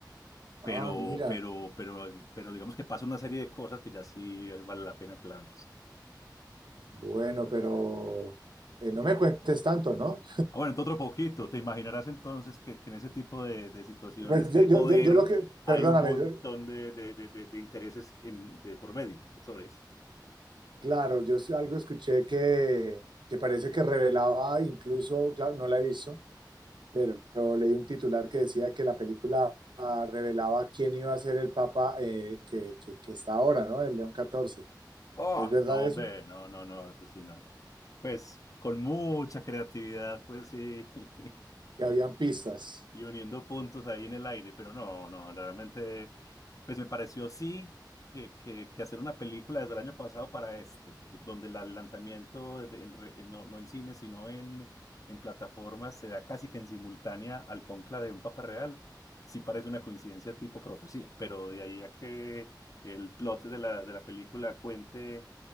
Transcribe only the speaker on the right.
Ah, mira,
bueno, pero eh, no me cuentes tanto, ¿no?
Pues
yo, yo,
yo, yo lo que, perdóname,
yo-
claro, yo algo escuché que, que parece que revelaba incluso, claro, no la he visto pero leí un titular que decía que la película ah, revelaba quién iba a ser el papa eh, que, que- que está ahora, ¿no? El León XIV.
¿Es verdad
eso?
Ya habían pistas.